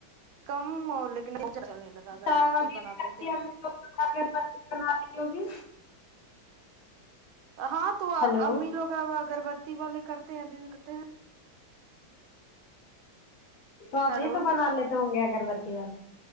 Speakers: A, on the right; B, on the left.
A: کم ہو لیکن چلنے لگا اگربتی
B: ابھی
A: بناتے
B: بھی
A: تھے
B: امی لوگ اگربتی بناتی ہوگی
A: ہاں تو
B: ہلو
A: امی لوگ اگربتی والے کرتے ہیں ابھی بھی کرتے ہیں
B: تو ابھی
A: ہیلو
B: تو بنا لیتے ہوں گے اگربتی والے